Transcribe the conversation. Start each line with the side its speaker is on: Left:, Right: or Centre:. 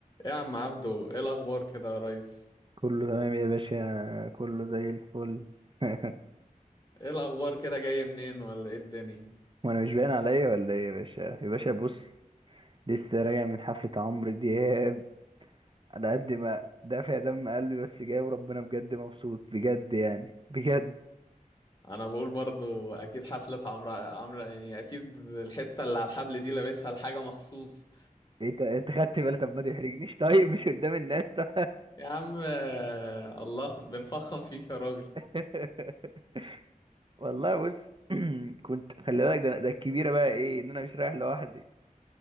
Left: إيه يا عم عبدو ايه الاخبار كده يا ريس
Right: كله تمام يا باشا كله زي الفل <laughs>
Left: ايه الاخبار كده جاي منين ولا ايه الدنيا
Right: وانا مش باين عليا ولا ايه يا باشا يا باشا بص لسه راجع من حفلة عمرو دياب على قد ما دافع دم قلبي بس جاي وربنا بجد مبسوط بجد يعني بجد
Left: انا بقول برضو اكيد حفلة عمرو عمرو يعني اكيد الحتة اللي على الحبل دي لابسها لحاجة مخصوص
Right: انت انت خدت بالك طب ما تحرجنيش طيب مش قدام الناس طيب
Left: يا عم آه، الله بنفخم فيك يا راجل
Right: <laughs> والله بص <clears throat> كنت خلي بالك ده ده الكبيرة بقى ايه ان انا مش رايح لوحدي